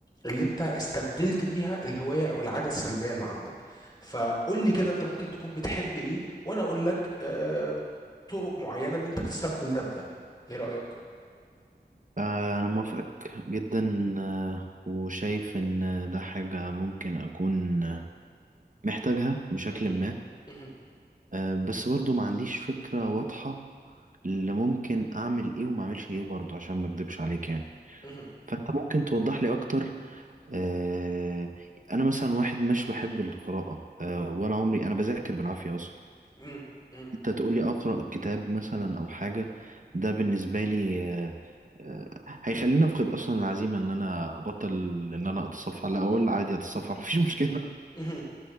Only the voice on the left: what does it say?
اللي انت استبدلت بيها الهواية او العادة السلبية اللي عندك فقول لي كده انت ممكن تكون بتحب ايه وانا اقول لك آه، طرق معينة ان انت تستبدل ده بده ايه رأيك
مهم.
مهم.
مهم.
مهم. مهم.
مهم.